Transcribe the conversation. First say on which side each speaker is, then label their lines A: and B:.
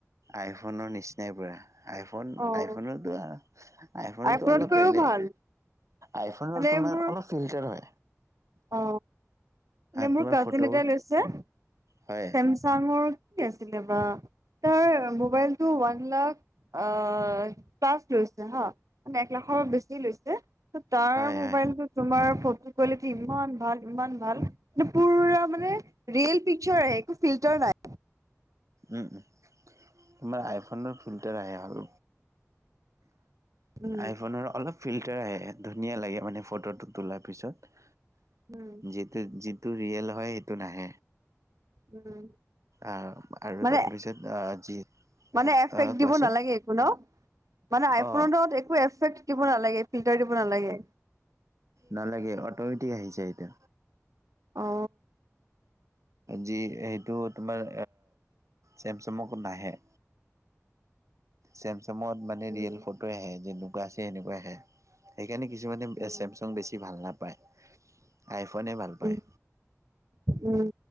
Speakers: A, on the right; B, on the right.
A: আইফোনৰ নিচিনাই পুৰা। ফোন
B: অ'
A: আইফোনতো, আইফোনতো
B: আইফোনতকৈও
A: অলপ বেলেগ।
B: ভাল।
A: আইফনৰ
B: মানে
A: তোমাৰ
B: মোৰ
A: অলপ ফিল্টাৰ হয়।
B: অ,
A: তোমাৰ
B: মোৰ কাজিন
A: ফটোবোৰ
B: এটাই লৈছে চেমচুম
A: হয়
B: চাঙৰ কি আছিলে বা, তাৰ মোবাইলটো ওৱান লাখ অ, পলাচ লৈছে হা। মানে এক লাখৰ বেছি লৈছে। তাৰ
A: হয় হয়।
B: মোবাইলটো তোমাৰ ফটো কোৱালি ইমান ভাল, ইমান ভাল পুৰা মানে ৰিয়েল পিকচাৰ আহে, একো ফিল্টাৰ নাই।
A: উম, উম, তোমাৰ আইফোনৰ ফিল্টাৰ আহে ভাল।
B: উম
A: আইফোনৰ অলপ ফিল্টাৰ আহে, ধুনীয়া লাগে মানে, ফটোটো তোলাৰ পিছত।
B: উম।
A: যিটো- যিটো ৰিয়েল হয়, সেইটো নাহে।
B: উম।
A: আহ আৰু
B: মানে-
A: তাৰপিছত আহ যি
B: মানে এফেক্ট
A: আহ
B: দিব
A: কোৱাচোন
B: নালাগে একো ন। মানে আইফোনৰ
A: অ'।
B: একো এফেক্ট দিব নালাগে, ফিল্টাৰ দিব নালাগে।
A: নালাগে, অট'মেটিক আহি যায় এইটো।
B: অ।
A: যি এইটো তোমাৰ, চেমচাঙক নাহে। চেমচাঙত মানে
B: উম
A: ৰিয়েল ফটো আহে, যেনেকুৱা আছে সেনেকুৱা আহে। সেইকাৰণে কিছুমানে
B: উম
A: চেমচং বেছি ভাল নাপায়। আইফোনে ভাল পায়।
B: উম উম।